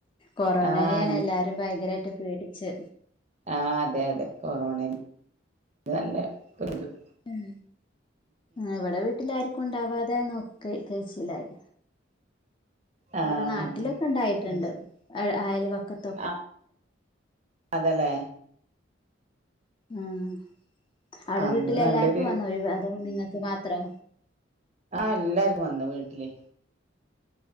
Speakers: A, on the left; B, on the right.
A: കൊറോണെനെയാണ്
B: ആഹ്
A: എല്ലാരും ഭയങ്കരായി ഇട്ട് പേടിച്ച്
B: ആഹ് അതെ അതെ കൊറോണയിൽ ഇത് നല്ലേ <unintelligible>
A: ഉം ആ ഇവിടെ വീട്ടിലാരിക്കെ ഉണ്ടാവാതെ നോക്കി. കഴിച്ചിലായി. ഇവിടെ
B: ആഹ്
A: നാട്ടിലൊക്കിണ്ടായിറ്റിണ്ട്.
B: അത് ശരി
A: അയ അയൽ പക്കം
B: ആഹ് അതല്ലേ?
A: ആഹ് അവടെ
B: അന്ന്
A: വീട്ടിലെല്ലാർക്കും
B: നല്ലൊരു
A: വന്നോ ഒരു അതൊ നിങ്ങക്ക് മാത്രോ?
B: ആഹ എല്ലാർക്കും വന്ന് വീട്ടില്